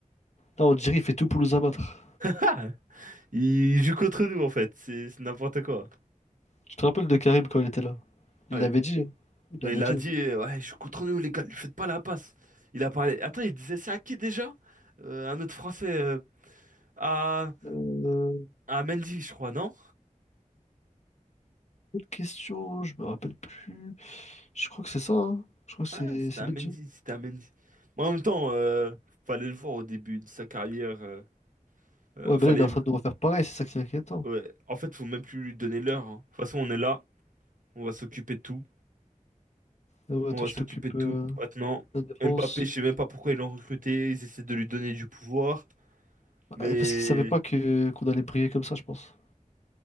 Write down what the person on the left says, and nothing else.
là, on dirait il fait tout pour nous abattre.
Tu te rappelles de Karim quand il était là?
Il l'avait dit, hein. il l'avait
dit.
Euh,
autre question, je me rappelle plus. Je crois que c'est ça, hein. Je crois que
c'est
c'est
Benji.
Ouais, ben
là, il est en train de refaire pareil, c'est ça qui est inquiétant.
Euh, ouais,
toi,
tu
t'occupes
euh,
de la défense.
Ouais, Parce qu'il savait pas que qu'on allait briller comme ça, je pense.